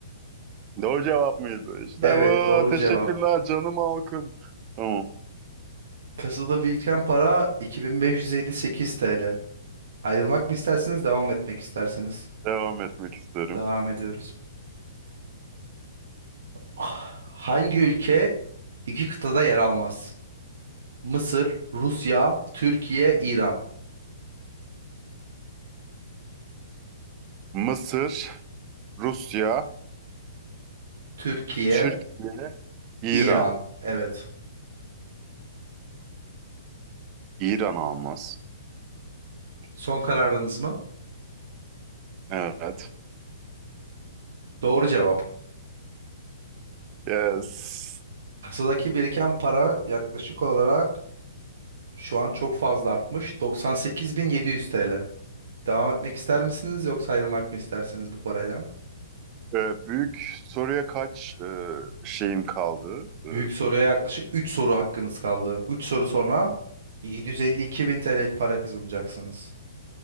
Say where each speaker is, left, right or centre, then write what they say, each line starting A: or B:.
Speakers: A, on the right (about 30°); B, on the right (about 55°).
A: Doğru cevap mıydı? İşte
B: Evet
A: bu.
B: doğru
A: Teşekkürler
B: cevap.
A: canım halkım. Tamam.
B: Kasada biriken para 2558 TL. Ayrılmak mı istersiniz, devam etmek istersiniz?
A: Devam etmek isterim.
B: Devam ediyoruz. Ah, Hangi ülke iki kıtada yer almaz? Mısır, Rusya, Türkiye, İran.
A: Mısır Rusya,
B: Türkiye,
A: Türkiye, İran.
B: İran. Evet.
A: İran almaz.
B: Son kararınız mı?
A: Evet.
B: Doğru cevap.
A: Yes.
B: Kasadaki biriken para yaklaşık olarak şu an çok fazla artmış. 98.700 TL. Devam etmek ister misiniz yoksa ayrılmak mı istersiniz bu parayla?
A: Ee, büyük soruya kaç e, şeyim kaldı? Ee,
B: Büyük soruya yaklaşık 3 soru hakkınız kaldı. 3 soru sonra 752.000 TL para kazanacaksınız.